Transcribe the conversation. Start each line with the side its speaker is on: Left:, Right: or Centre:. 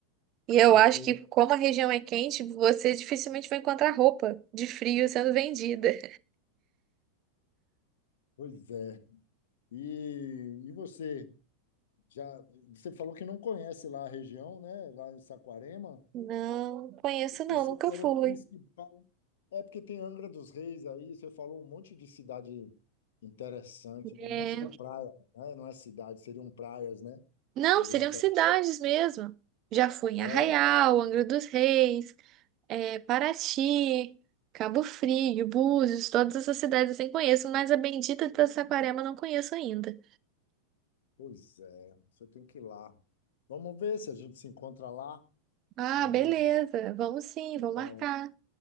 Right: E eu
Left: Porque,
Right: acho que como a região é quente, você dificilmente vai encontrar roupa de frio sendo vendida.
Left: pois é. E, e você, já, você falou que não conhece lá a região, né? Lá em Saquarema.
Right: Não conheço não,
Left: Pensei
Right: nunca
Left: que era
Right: fui.
Left: o principal. É porque tem Angra dos Reis aí, você falou um monte de cidade interessante, né?
Right: É,
Left: um monte de praia, né? Não é cidade, seriam praias, né?
Right: Não,
Left: Ali
Right: seriam
Left: naquela.
Right: cidades mesmo. Já fui em
Left: É?
Right: Arraial, Angra dos Reis. é, Paraty, Cabo Frio, Búzios, todas essas cidades assim conheço, mas a bendita de Saquarema eu não conheço ainda.
Left: Pois é, você tem que ir lá. Vamos ver se a gente se encontra lá.
Right: Ah,
Left: Vamos,
Right: beleza, vamos sim, vou marcar.
Left: é,